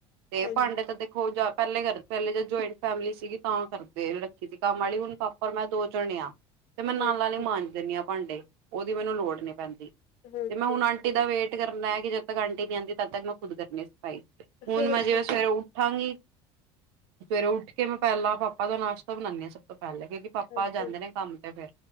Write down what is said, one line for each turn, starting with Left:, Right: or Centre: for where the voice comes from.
Right: ਤੇ
Left: ਹਾਂਜੀ,
Right: ਭਾਂਡੇ ਤਾਂ ਦੇਖੋ ਜਾ ਪਹਿਲੇ ਕਰਦੇ ਪਹਿਲੇ ਜਦ ਜੁਆਇੰਟ ਫੈਮਿਲੀ ਸੀਗੀ ਤਾਂ ਕਰਦੇ ਰੱਖੀ ਸੀ ਕੰਮ ਵਾਲੀ ਹੁਣ ਪਾਪਾ ਤੇ ਮੈਂ ਦੋ ਜਣੇ ਆ ਤੇ ਮੈਂ
Left: ਹਾਂਜੀ,
Right: ਨਾਲ ਆਲੇ ਮਾਂਜ ਦਿੰਦੀ ਹਾਂ ਭਾਂਡੇ ਉਹਦੀ ਮੈਨੂੰ ਲੋੜ ਨੀ ਪੈਂਦੀ
Left: ਹਾਂਜੀ,
Right: ਤੇ ਮੈਂ ਹੁਣ ਆਂਟੀ ਆਂਟੀ ਦਾ ਵੇਟ ਕਰਨਾ ਹੈ ਕਿ ਜਦ ਤੱਕ ਆਂਟੀ ਨੀ ਆਂਦੀ ਤਦ ਤੱਕ ਮੈਂ ਖੁਦ ਕਰਨੀ ਸਫਾਈ ਹੁਣ
Left: ਹਾਂਜੀ,
Right: ਮੈਂ ਜਿਵੇਂ
Left: ਠੀਕ
Right: ਸਵੇਰੇ
Left: ਹੈ,
Right: ਉੱਠਾਂਗੀ ਸਵੇਰੇ ਉੱਠ ਕੇ ਮੈਂ ਪਹਿਲਾਂ ਪਾਪਾ ਦਾ ਨਾਸ਼ਤਾ ਬਣਾਉਦੀ ਹਾਂ। ਸਭ ਤੋਂ ਪਹਿਲਾਂ ਕਿਉਂਕਿ ਪਾਪਾ
Left: ਹਾਂਜੀ,
Right: ਜਾਂਦੇ ਨੇ ਕੰਮ ਤੇ ਫ਼ਿਰ,